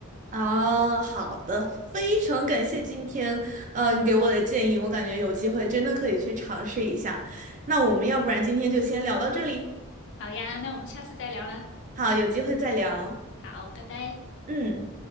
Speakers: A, on the right; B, on the left.
A: 啊，好的，非常感谢今天，呃，你给我的建议，我感觉有机会真的可以去尝试一下。那我们要不然今天就先聊到这里，
B: 好呀，那我们下次再聊啦。
A: 好，有机会再聊。
B: 好，拜拜。
A: 嗯。